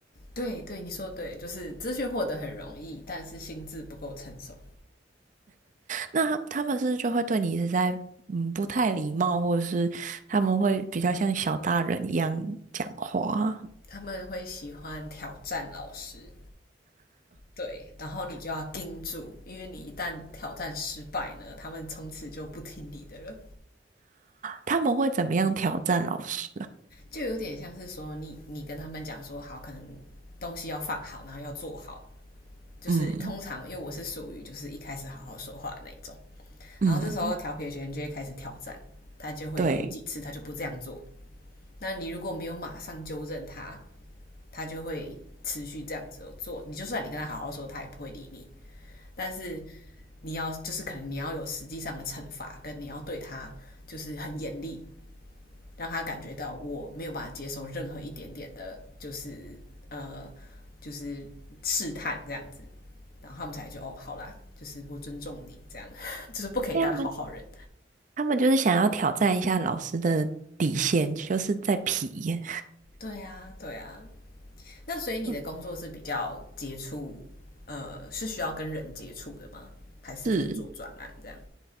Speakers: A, on the left (about 55°); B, on the right (about 45°).
A: 对对，你说对，就是资讯获得很容易，但是心智不够成熟，
B: 那他他们是不是就会对你是在嗯不太礼貌，或者是他们会比较像小大人一样讲话啊
A: 他们会喜欢挑战老师。对，然后你就要盯住，因为你一旦挑战失败呢，他们从此就不听你的了，
B: 他们会怎么样挑战老师？
A: 就有点像是说你你跟他们讲说好，可能东西要放好，然后要做好，就是通常因为我是属于就是一开始好好说话的那种，
B: 嗯嗯，
A: 然后这时候调皮的学生就会开始挑战，他就会有几次他就不这样做，
B: 对，
A: 那你如果没有马上纠正他，他就会持续这样子做。你就算你跟他好好说，他也不会理你。但是你要就是可能你要有实际上的惩罚，跟你要对他就是很严厉，让他感觉到我没有办法接受任何一点点的，就是呃，就是试探这样子。然后他们才就哦，好啦，就是我尊重你这样，<laughs> 就是不可以当好好人。
B: 因为他们他们就是想要挑战一下老师的底线，就是在皮，
A: 对呀、对呀、那所以你的工作是比较接触，
B: <laughs>
A: 呃，是需要跟人接触的吗？还是就是做专栏这样？
B: 是